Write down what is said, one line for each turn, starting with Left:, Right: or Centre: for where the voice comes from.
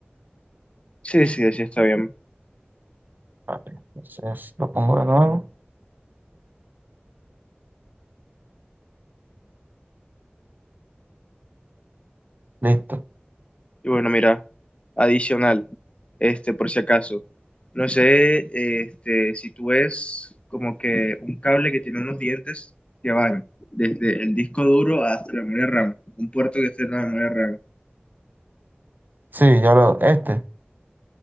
Left: Sí, sí, así está bien.
Right: Vale, entonces lo pongo de nuevo. Listo.
Left: Y bueno, mira, adicional, este, por si acaso, no sé, este, si tú ves como que un cable que tiene unos dientes que van desde el disco duro hasta la memoria RAM, un puerto que esté en la memoria RAM.
Right: Sí, ya lo, este,